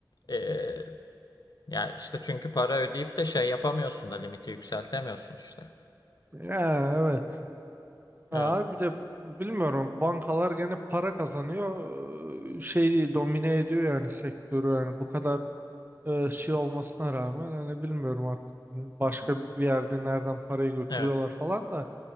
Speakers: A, on the left; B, on the right.
A: eee yani işte çünkü para ödeyip de şey yapamıyorsun da limiti yükseltemiyorsun işte.
B: Ya, evet. Ha,
A: Evet.
B: bir de bilmiyorum bankalar gene para kazanıyor e, şeyi domine ediyor yani sektörü yani bu kadar e, şey olmasına rağmen hani bilmiyorum artık başka
A: Hı-hı.
B: bir yerde nereden parayı götürüyorlar
A: Evet.
B: falan da